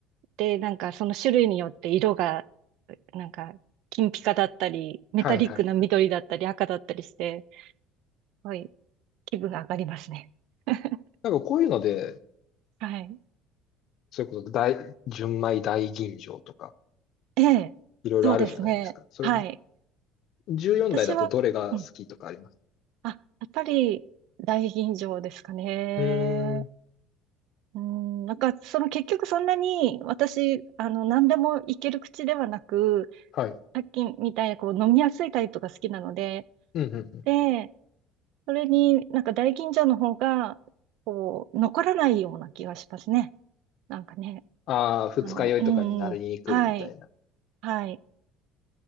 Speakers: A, on the right; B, on the left.
A: で、なんかその種類によって色が、なんか金ピカだったり、メタリックな緑だったり赤だったりして、
B: はいはいはい。
A: すごい気分が上がりますね。<laughs>
B: なんかこういうので、
A: はい。
B: それこそ大、純米大吟醸とか、
A: ええ、
B: いろいろあるじゃないですか。
A: そうですね。
B: それ、
A: はい。
B: 14代だいだとどれが好きとかあります
A: 私は、うん。あ、やっぱり大吟醸ですかね。
B: うーん。
A: うん、なんか、その結局そんなに私、あの、何でもいける口ではなく、
B: はい
A: さっきみたいなこう飲みやすいタイプが好きなので、
B: うんうんうん。
A: で、それになんか大吟醸の方が、こう、残らないような気がしますね。なんかね、
B: ああ、二日酔いとかになりにくいみたいな。
A: あの、うんうん、はい、はい、